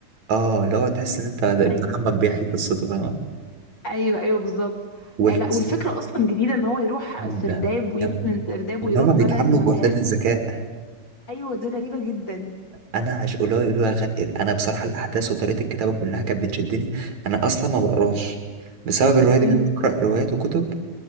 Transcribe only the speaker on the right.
اه اللي هو تحس ان انت ده ابن
عمك بيحكي قصته فاهم
والقصه
جامده
جامده
وان
هما بيتعاملوا
بوحدات
الذكاء
انا عش قولوا يقولوا يا غن... انا بصراحه الاحداث وطريقه الكتابه كلها كانت بتشدني انا اصلا ما بقراش بسبب الروايه
دي بقرا روايات وكتب